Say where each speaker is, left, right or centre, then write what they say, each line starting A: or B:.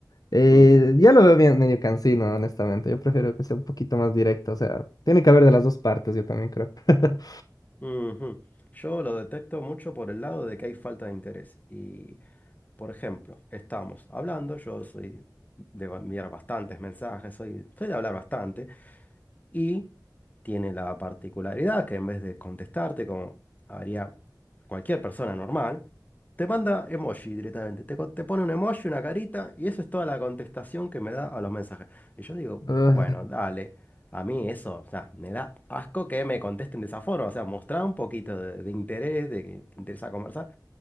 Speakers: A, on the left; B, on the left.
A: Eh,
B: Mm,
A: ya lo veo bien medio cansino, honestamente. Yo prefiero que sea un poquito más directo. O sea, tiene que haber de las
B: sí.
A: dos partes, yo también creo. <laughs>
B: Ujú. Yo lo detecto mucho por el lado de que hay falta de interés. Y, por ejemplo, estamos hablando, yo soy de enviar bastantes mensajes, soy, soy de hablar bastante. Y tiene la particularidad que en vez de contestarte como haría cualquier persona normal, te manda emoji directamente. Te, co- te pone un emoji, una carita y eso es toda la contestación que me da a los mensajes. Y yo digo,
A: Ah,
B: bueno, dale. A mí eso, o sea, me da asco que me contesten de esa forma. O sea, mostrar un poquito de, de interés, de que te interesa conversar.